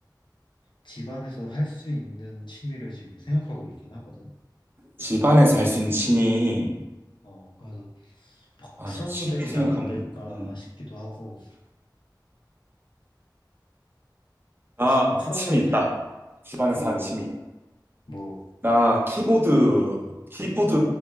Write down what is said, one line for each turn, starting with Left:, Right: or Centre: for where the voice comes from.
Left: 집안에서 할 수 있는 취미를 지금 생각하고 있긴 하거든.
Right: 집안에서 할 수 있는 취미.
Left: 어, 그래서 막
Right: 아,
Left: 프라모델이나
Right: 저 취미 생각하면,
Left: 만들까
Right: 음.
Left: 싶기도 하고.
Right: 아,
Left: 아, 프라모,
Right: 취미 있다. 집안에서
Left: 뭐,
Right: 하는 취미.
Left: 뭐,
Right: 나 키보드, 키보드